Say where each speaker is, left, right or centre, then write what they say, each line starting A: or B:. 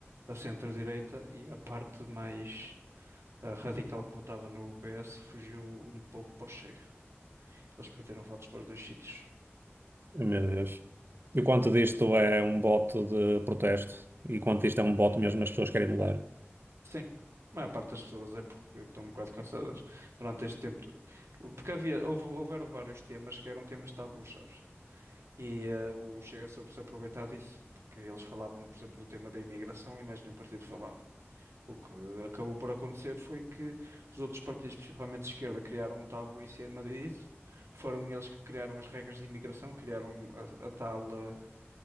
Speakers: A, on the right (about 80°); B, on the right (about 55°).
A: a centro-direita e a parte mais ah, radical que votava no PS fugiu um pouco para o Chega. Eles perderam votos para os dois sítios.
B: Ai, meu Deus. E quanto disto é um bote de protesto? E quanto isto é um bote mesmo as pessoas querem mudar?
A: Sim, a maior parte das pessoas é porque estão um bocado cansadas durante este tempo. Porque havia, houve, houveram vários temas que eram temas tabus, sabes? E eh, o Chega soube se aproveitar disso, porque eles falavam, por exemplo, do tema da imigração e mais nenhum partido falava. O que acabou por acontecer foi que os outros partidos, principalmente de esquerda, criaram um tabu em cima disso. Foram eles que criaram as regras de imigração, criaram a, a tal, eh,